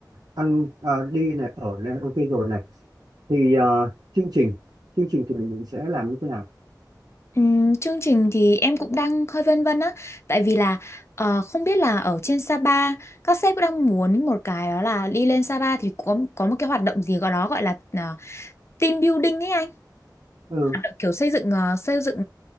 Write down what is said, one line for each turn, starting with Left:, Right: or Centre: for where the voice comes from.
Right: ăn ờ, đi này ở này ok rồi này thì ờ, chương trình chương trình thì mình định sẽ làm như thế nào
Left: Ừm, chương trình thì em cũng đang hơi vân vân á tại vì là ờ, không biết là ở trên Sapa các sếp cũng đang muốn một cái đó là đi lên Sapa thì có có một cái hoạt động gì gọi đó gọi là ờ, team building ấy anh
Right: ừ,
Left: hoạt động kiểu xây dựng ờ, xây dựng